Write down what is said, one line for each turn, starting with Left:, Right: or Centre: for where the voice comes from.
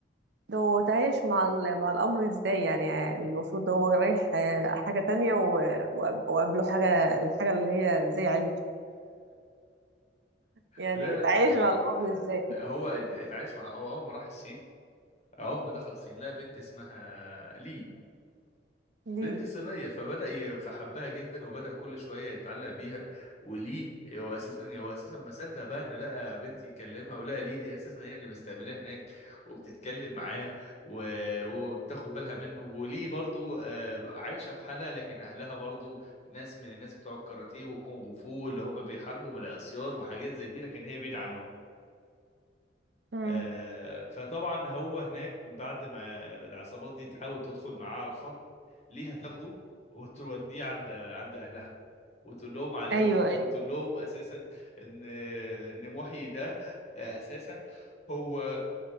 Right: ده هو تعايش مع ال- مع الامر ازاي يعني يعني المفروض ده هو رايح آه، حاجه تانية و- وقاب- وقابله حاجه الحاجه اللي هي زي عيلته يعني
Left: لا لا
Right: تعيش
Left: ال...
Right: على الأرض ازاي
Left: هو اتعايش مع أو اول ما راح الصين اول ما دخل الصين لقى بنت اسمها لي
Right: دي
Left: بنت صينية فبدأ ي- فحبها جدا وبدأ كل شوية يتعلق بيها وليه هو أساسا هو أساسا ما صدق بقى إنه لقى بنت يكلمها ولقى ليه دي أساسا هي اللي مستقبلاه هناك وبتتكلم معاه و- وبتاخد بالها منه وليه برضو آه، عايشة في حالها لكن أهلها برضو ناس من الناس بتوع الكاراتيه والكونغ فو اللي هم بيحاربوا بالعصيان وحاجات زي دي لكن هي بعيدة عنهم
Right: مم.
Left: آه، فطبعا هو هناك بعد ما العصابات دي تحاول تدخل معاه على الخط ليه هتاخده وتوديه عند عند اهلها وتقول لهم على
Right: ايوه
Left: وت- وتقول
Right: ايوه
Left: لهم اساسا ان ان محيي ده اساسا هو